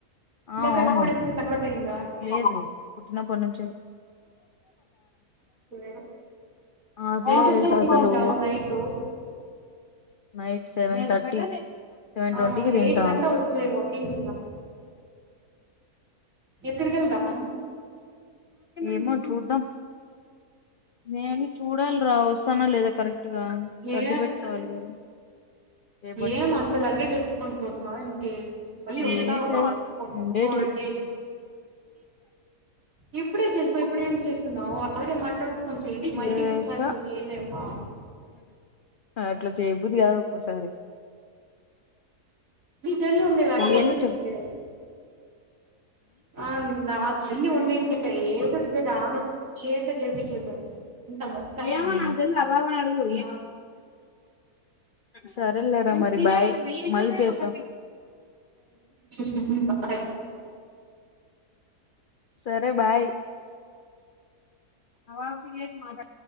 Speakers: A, on the left; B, on the right.
A: అ
B: లేక
A: అవును,
B: ఇప్పుడిప్పుడు కన్వర్ట్ అయ్యిందా
A: లేదు పుట్టినప్పటి నుంచి
B: సరే
A: ఆ పిల్లకి
B: ఎంతసేపు
A: తెలుసా
B: కి
A: అసలు
B: తింటావు నైట్
A: నైట్ సెవెన్ థ సేవన్
B: ఆ
A: ట్వంటీ కి తింటాం
B: ఎయిట్ కంతా వచ్చేయి వాకింగ్ కిందాం ఎక్కడికి వెళ్దాం
A: ఏమో చూద్దాం నేను చూడాలి రావ వస్తానో లేదో కరెక్ట్ అట్టుగా సర్ది
B: ఏ
A: పెట్టుకోవాలి కదా రేపటికి
B: ఏం అంత లగేజ్ ఎత్తుకుని పోతున్నావా ఏంటి మళ్ళీ వస్తావుగా
A: ఏం లేదు ఉండేటివి
B: ఫోర్ డేస్ ఇప్పుడే చేసుకో ఇప్పుడేం చేస్తున్నావు అలగే మాట్లాడు కొంచెం మల్టీ
A: చేసా
B: టాస్కులు చేయలేమా
A: అట్లా చేయబుద్ధి కదు ఒక్కోసారి
B: మీ చెల్లి ఉంది కద చేస్తుందిలే
A: ఏందో చెప్
B: ఆ నవ చెల్లి ఉండింటే ఏదో చేత ఆమె చేత చేపించేదాన్ని ఎంత మొత్తం
A: ఏమో నాకు తెలీదు ఆ పాపని అడుగు
B: ఆ
A: సరే లేరా మరి బాయ్ మళ్ళీ చేస్త
B: <unintelligible>
A: సరే బాయ్ అవాకి చేసి మాట్